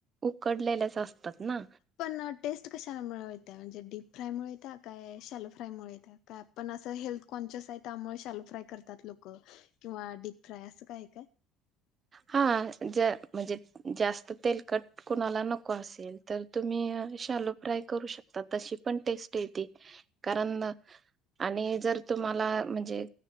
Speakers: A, on the right; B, on the left.
A: उकडलेल्याच असतात ना.
B: पण टेस्ट कशामुळे येत्या, म्हणजे डीप फ्रायमुळे येत्या, काय शॅलो फ्रायमुळे येत्या? काय पण असं हेल्थ कॉन्शियस आहे त्यामुळे शालो फ्राय करतात लोकं किंवा डीप फ्राय असं काय हाय काय?
A: हा, ज म्हणजे, जास्त तेल कट कुणाला नको असेल तर तुम्ही शालो फ्राय करू शकता, तशी पण टेस्ट येते, कारण आणि जर तुम्हाला म्हणजे,